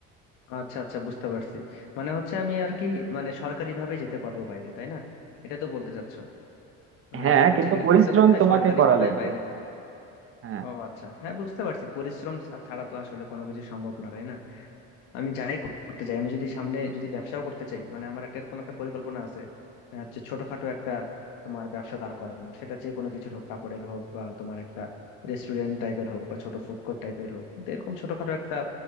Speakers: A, on the left; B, on the right.
A: আচ্ছা আচ্ছা বুঝতে পারছি মানে হচ্ছে আমি আর কি মানে সরকারি ভাবে যেতে পারবো বাইরে তাই না এটা তো বলতে চাচ্ছো মানে
B: হ্যাঁ
A: আমি সরকারি
B: কিন্তু
A: চাকরি
B: পরিশ্রম
A: করতে করতে
B: তোমাকে
A: সরকারি
B: করা
A: ভাবে
B: লাগবে
A: বাইরে
B: হ্যাঁ
A: ও আচ্ছা হ্যাঁ বুঝতে পারছি পরিশ্রম ছা- ছাড়া তো আসলে কোনো কিছু সম্ভব না তাই না আমি যাই করতে চাই আমি যদি সামনে যদি ব্যবসাও করতে চাই মানে আমার একটা এরকম একটা পরিকল্পনা আছে আহ, হচ্ছে ছোটখাটো একটা তোমার ব্যবসা দাঁড় করানো সেটা যে কোনো কিছুর হোক কাপড়ের হোক বা তোমার একটা রেস্টুরেন্ট টাইপের হোক বা ছোট ফুড কোর্ট টাইপের হোক তো এরকম ছোটখাটো একটা